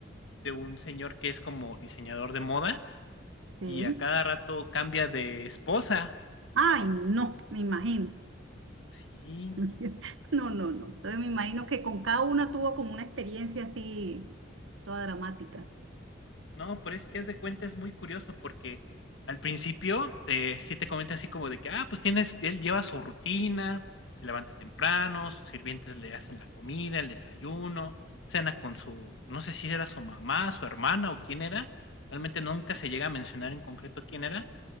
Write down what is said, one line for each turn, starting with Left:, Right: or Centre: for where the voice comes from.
Left: de un señor que es como diseñador de modas
Right: sí.
Left: y a cada rato cambia de esposa.
Right: Ay, no, me imagino.
Left: Sí,
Right: <laughs> No, no, no. Entonces me imagino que con cada una tuvo como una experiencia así, toda dramática.
Left: no, pero es que haz de cuenta es muy curioso porque al principio te, sí te comenta así como de que, ah, pues tienes, él lleva su rutina, se levanta temprano, sus sirvientes le hacen la comida, el desayuno, cena con su, no sé si era su mamá, su hermana o quién era, realmente nunca se llega a mencionar en concreto quién era,